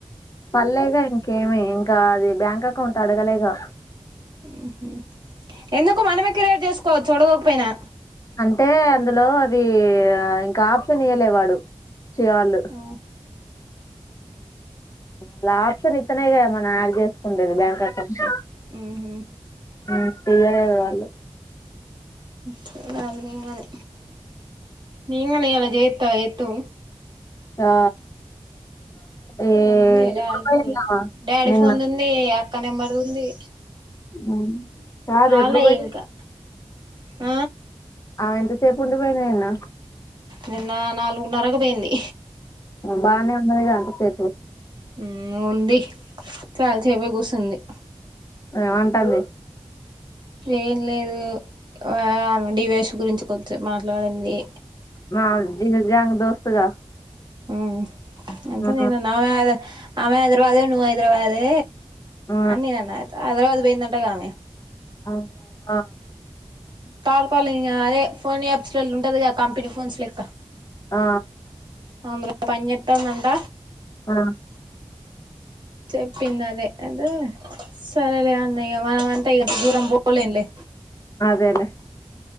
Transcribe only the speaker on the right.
ఉహు ఎందుకు మనమే క్రియేట్ చేసుకోవచ్చు ఓడగొకపోయినా.
ఉహు
ఉహు
చేయాలి నిన్ననే, నేను కూడా ఇయ్యాల జెత్త త ఎత్తు
ఏందే డాడీ
ఫోన్ లో
చెయ్, డాడీ
ఫోన్ ఉంది, అక్క నెంబర్ది ఉంది.
కాలే
ఇంకా ఆ
నిన్న నాలుగున్నరకు పోయింది.
ఉమ్ ఉంది చాలాసేపే కూసుంది.
ఏం లేదు, ఆమె డివేష్ గురించి కొంచం మాట్లాడింది.
ఉ ఐతె
నేనన్న ఆమె హైద ఆమె హైదరాబాదే నువ్ హైదరాబాదే
అని నే అన్న ఐతె హైదరాబాద్ పోయిందంటగా ఆమె
కాల్ కాల్ ఇగ అదే ఫోన్ యాప్స్లలో ఉండదిగా కంపెనీ ఫోన్స్ లెక్క
అందులో పన్జెత్తందంట
చెప్పిందదే అయితే సరేలే అన్నయ్య మన ఇగ దూరం బోలెంలే